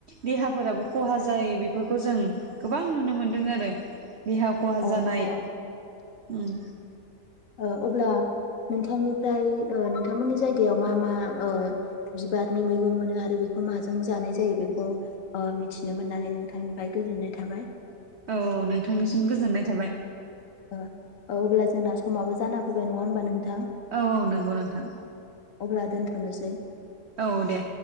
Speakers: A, on the right (about 70°); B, on the left (about 60°).
A: देहाफोराबो खहा जायो बेफोरखौ जों गोबां नुनो मोनदों आरो। देहा खहा
B: औ
A: जानाय
B: औ
A: उम।
B: ओ अब्ला नोंथांनिफ्राय ओ नोंथांमोननि जायगायाव मा मा ओ बिबारनि मैगं मोनो आरो बेखौ माजों जानाय जायो बेखौ ओ‌ मिथिनो मोननानै नोंथांनिफ्राय गोजोननाय थाबाय।
A: औ औ नोंथांनिसिम गोजोननाय थाबाय।
B: ओ अब्ला जोंना समाबो जाना फैबाय नङा होमबा नोंथां?
A: औ औ नंगौ नोंथां।
B: अब्ला दोनथनोसै।
A: औ दे।